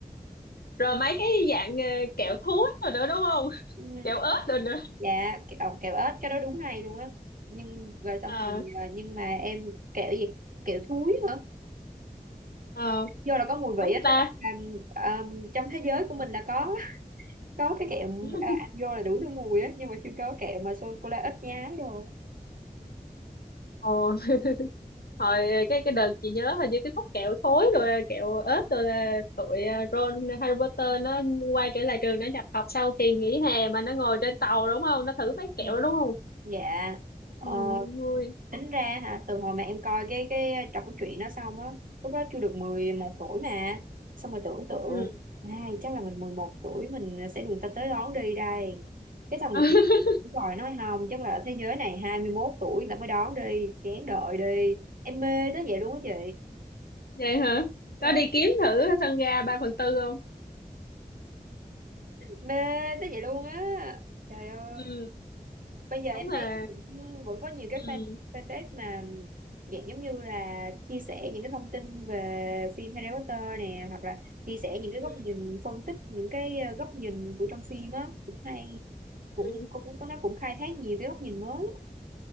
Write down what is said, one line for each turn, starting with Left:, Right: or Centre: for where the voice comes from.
Left: Rồi mấy cái dạng ờ, kẹo thúi rồi nữa đúng không?
Right: ừ,
Left: Kẹo ớt rồi nữa.
Right: dạ kẹo, kẹo ếch cái đó đúng hay luôn á nhưng rồi xong
Left: Ờ
Right: rồi ờ, nhưng mà em kẹo gì kẹo thúi hả
Left: ờ
Right: vô là có mùi vị
Left: đúng
Right: á
Left: ta.
Right: tính là um, trong thế giới của mình là có có cái kẹo
Left: <laughs>
Right: à, ăn vô là đủ thứ mùi á nhưng mà chưa có kẹo mà sô cô la ít nhái rồi
Left: Ồ, hồi ờ, cái cái đợt chị nhớ hình như cái khúc kẹo thối rồi ờ, kẹo ớt rồi là tụi ờ, Ron Harry Potter nó quay trở lại trường nó nhập học sau kỳ nghỉ hè mà nó ngồi trên tàu đúng không? Nó thử mấy kẹo
Right: ừ.
Left: đó đúng không?
Right: dạ Ờ,
Left: Ừ, vui.
Right: tính ra hả từ hồi mà em coi cái cái trọc truyện đó xong á lúc đó chưa được 11 tuổi mà xong rồi tưởng tượng
Left: Ừ.
Right: ai chắc là mình 11 tuổi mình sẽ được người ta tới đón đi đây cái xong
Left: <laughs>
Right: được đúng rồi nói không chắc là ở thế giới này 21 tuổi là mới đón đi kén đợi đi em mê tới vậy luôn á chị
Left: Vậy hả?
Right: Ờ.
Left: Có đi kiếm thử sân ga 3 phần tư không?
Right: mê tới vậy luôn á trời ơi
Left: Ừ,
Right: bây giờ em
Left: đúng là
Right: thấy cũng vẫn có nhiều cái
Left: ừ.
Right: fan fanpage mà dạng giống như là chia sẻ những cái thông tin về phim Harry Potter nè hoặc là chia sẻ những cái
Left: ừ,
Right: góc nhìn phân tích những cái ờ, góc nhìn của trong phim á cũng hay cũng
Left: ừ.
Right: cũng có nó cũng khai thác nhiều cái góc nhìn mới